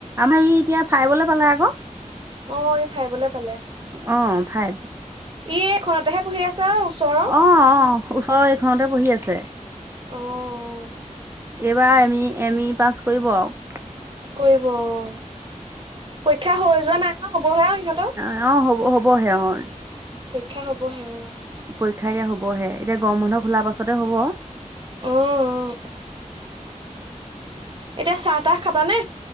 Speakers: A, on the right (about 20°); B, on the right (about 40°).
A: আমাৰ ই এতিয়া ফাইভলৈ পালে আকৌ।
B: অ' ই ফাইভলে পালে,
A: অ ফাইভ।
B: ই এইখনতেহে পঢ়ি আছে আৰু ওচৰৰ
A: অ', অ' ওচৰৰ এইখনতে পঢ়ি আছে।
B: অ'।
A: এইবাৰ M E, M E pass কৰিব আৰু
B: কৰিব অ' পৰীক্ষা হৈ যোৱা নাই নহয় হ'বহে আৰু ইহঁতৰ
A: অ', হ'ব হ'বহে আৰু
B: পৰীক্ষা হ'ব হে অ'।
A: পৰীক্ষা এতিয়া হ'বহে এতিয়া গৰম বন্ধ খোলা পাছতহে হ'ব।
B: অঁ', -অঁ',। এতিয়া চাহ-তাহ খাবা নে?